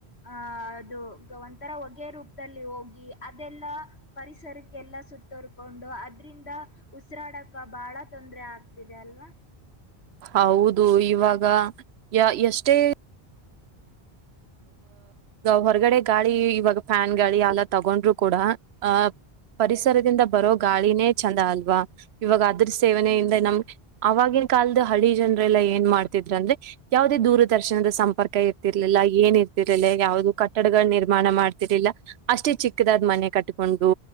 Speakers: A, on the left (about 90°); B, on the right (about 80°).
A: ಆಹ ಅದು ಒಂಥರ ಹೊಗೆ ರೂಪದಲ್ಲಿ ಹೋಗಿ ಅದೆಲ್ಲಾ ಪರಿಸರಕ್ಕೆಲ್ಲಾ ಸುತ್ತರ್ಕೊಂಡು ಅದ್ರಿಂದ ಉಸಿರಾಡಕ ಬಹಳ ತೊಂದ್ರೆ ಆಗ್ತಿದೆ ಅಲ್ವಾ
B: ಹೌದು ಇವಾಗ ಯ ಎಷ್ಟೇ ಹೊರಗಡೆ ಗಾಳಿ ಇವಾಗ ಫ್ಯಾನ್ ಗಾಳಿ ಎಲ್ಲ ತಗೊಂಡ್ರು ಕೂಡ ಅಹ ಪರಿಸರದಿಂದ ಬರೋ ಗಾಳಿನೇ ಚಂದ ಅಲ್ವಾ ಇವಾಗಾದ ಅದ ಸೇವನೆಯಿಂದ
A: ಹ್ಮ್
B: ನಮ್ ಅವವಾಗಿನ ಕಾಲದ ಹಳಿ ಜನಲ್ಲ ಏನ್ ಮಾಡ್ತಿದ್ರ ಅಂದ್ರೆ ಯಾವುದೇ ದೂರದರ್ಶನದ ಸಂಪರ್ಕ ಇರ್ತಿರ್ಲಿಲ್ಲ ಏನ್ ಇರ್ತಿರಲ್ಲ ಯಾವವು್ದ ಕಟ್ಟಡಗಳ ನಿರ್ಮಾಣ ಮಾಡ್ತಿರ್ಲಿಲ್ಲ ಅಷ್ಟೇ ಚಿಕ್ಕದಾದ್ ಮನೆ ಕಟ್ಕೊಂಡು